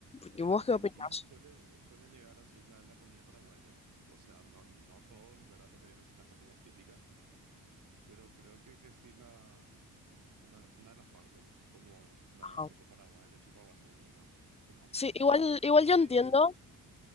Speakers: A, on the left; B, on the right.
A: ¿Y
B: En
A: vos
B: Argentina
A: qué opinás?
B: suele, suele llegar así la, la comida paraguaya. O sea, no, no todo, ¿verdad? Lo que vienen son las comidas típicas, pero creo que, que sí la, una, una de las partes, como la
A: Ajá.
B: sopa paraguaya, chipaguazú y demás. Pero,
A: Sí, igual, igual
B: pero
A: yo
B: sí,
A: entiendo,
B: sí.